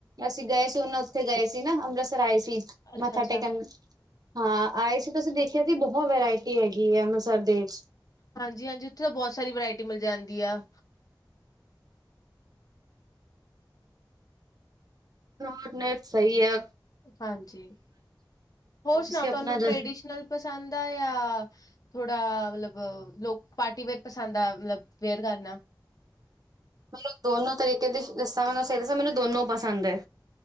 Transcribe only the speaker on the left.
ਅੱਛਾ-ਅੱਛਾ,
ਹਾਂਜੀ ਹਾਂਜੀ ਉੱਥੇ ਤਾਂ ਬਹੁਤ ਸਾਰੀ ਵਰਾਇਟੀ ਮਿਲ ਜਾਂਦੀ ਆ।
ਹਾਂਜੀ, ਹੋਰ ਸੁਣਾਓ
ਤੁਹਾਨੂੰ
ਟ੍ਰਡੀਸ਼ਨਲ ਪਸੰਦ ਆ ਯਾ ਥੋੜਾ ਮਤਲਬ ਲੋਕ ਪਾਰਟੀ ਵੇਅਰ ਪਸੰਦ ਆ ਮਤਲਬ ਵੇਅਰ ਕਰਨਾ